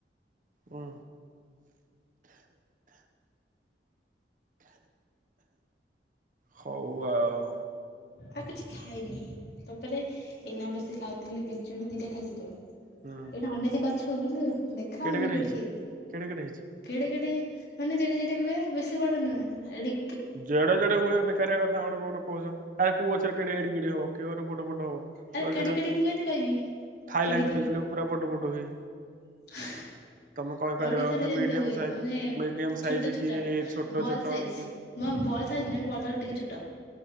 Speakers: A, on the right; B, on the left.
A: ଉଁ। ହଉ ଆଉ।
B: ଆଉ କିଛି ଖାଇନି ତାପରେ ଏଇନା ବସି ଖାଉଥିଲି ପିଜୁଳି ଦିଟା ଖାଇସାରିଲିଣି।
A: ହୁଁ।
B: ଏଇନା ଅନେଇଚି ଗଛୁକୁ କିନ୍ତୁ ଦେଖାହଉନି
A: କେଡେ କେଡେ
B: କୋଉଠି?
A: ହେଇଛି କେଡେ କେଡେ ହେଇଛି।
B: କେଡେ କେଡେ ମାନେ ଜେଡେ ଜେଡି ହୁଏ ବେଶୀ ବଡ ନୁହଁ ଏଡି
A: ଜଡେଜେଡେ ହୁଏ ବେକାରିଆ କଥା ଗୁଡ଼ାକ ଗୋଟେ କୋହୁଚ ଆରେ କୋଉ ଗଛରେ କେଡେ ଏଡିକି ଏଡି ହବ କେଉଆରେ ବଡ଼ ବଡ଼ ହବ।
B: ଆରେ
A: <unintelligible>
B: କେଡି କେଡିକି ମୁଁ କେମିତି କହିବି
A: ଥାଇଲାଣ୍ଡ
B: କେଡି
A: ପିଜୁଳି ପୁରା ବଡ ବଡ ହୁଏ।
B: ହଁ
A: ତମେ କହିପାରିବା
B: ଓଡିଶାରେ
A: କଥା
B: ଯେମିତିଆ
A: ମିଡିୟମ
B: ହୁଏ
A: ସାଇଜ
B: ମାନେ
A: ମିଡିୟମ ସାଇଜ
B: ଛୋଟ ଛୋଟ
A: କି ଛୋଟ
B: ବଲ
A: ଛୋଟ
B: ସାଇଜ।
A: କି
B: ମଁ ବଲ୍ ସାଇଜ
A: ହଁ
B: ନୁହେଁ ବଲ୍ ଠାରୁ ଟିକେ ଛୋଟ